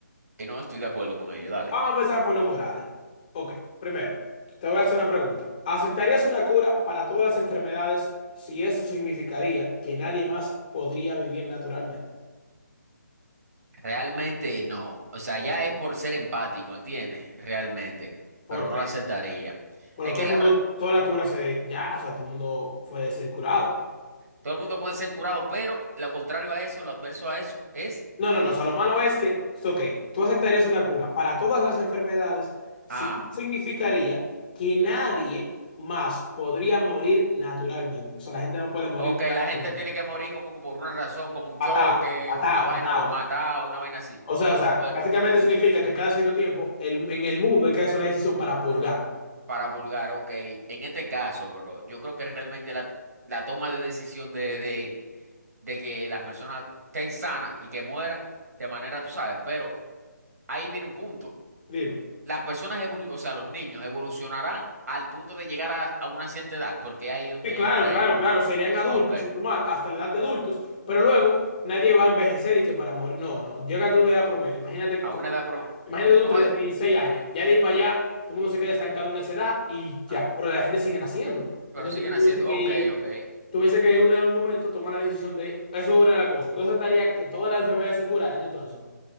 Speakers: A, on the right; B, on the left.
A: que no estoy de acuerdo con ello, dale.
B: Vamos a empezar por los morales. Ok, primero, te voy a hacer una pregunta. ¿Aceptarías una cura para todas las enfermedades si eso significaría que nadie más podría vivir naturalmente?
A: Realmente no. O sea, ya es por ser empático, ¿entiendes? Realmente.
B: Porque,
A: Pero no lo aceptaría.
B: bueno,
A: Es
B: todo
A: que
B: el
A: la
B: mundo,
A: re-
B: toda la cura se, ya, o sea, todo el mundo fue se curado.
A: todo el mundo puede ser curado, pero lo contrario a eso, lo adverso a eso, es.
B: No, no, no. O sea, lo malo es que, ok, tú aceptarías una cura para todas las enfermedades, sí
A: Ah,
B: significaría que nadie más podría morir naturalmente. O sea, la gente no puede morir
A: ok,
B: ya,
A: la gente
B: eh,
A: tiene que morir como que por una razón, como un
B: matado,
A: choque,
B: matado,
A: una vaina
B: matado.
A: lo mata, una vaina así.
B: O sea, o sea,
A: Bueno,
B: básicamente significa que cada cierto tiempo el- en el mundo hay que hacer una decisión para purgar.
A: Para Pulgar, ok. En este caso, bro, yo creo que realmente la, la toma de decisión de, de, de que las personas estén sanas y que mueran de manera, tú sabes, pero ahí viene un punto.
B: Dime.
A: Las personas, evolu- o sea, los niños evolucionarán al punto de llegar a, a una cierta edad, porque ahí es donde
B: Sí, claro,
A: entra
B: claro,
A: el,
B: claro, serían adultos,
A: ah, ok,
B: normal, hasta la edad de adultos, pero luego nadie va a envejecer y que para morir, no, no, llega a tu edad promedio, imagínate,
A: a
B: con-
A: una edad, prom-
B: imagínate tú
A: vamos
B: 36
A: a, de-
B: años, ya de ahí para allá, todo el mundo se queda estancado en esa edad y ya,
A: ah,
B: pero la gente sigue naciendo,
A: pero
B: entonces
A: siguen
B: tú tuviese
A: haciendo,
B: que
A: ok,
B: ir,
A: ok.
B: tuviese que en un momento tomar la decisión de, eso es una de las cosas, tú aceptarías que todas las enfermedades se curaran entonces,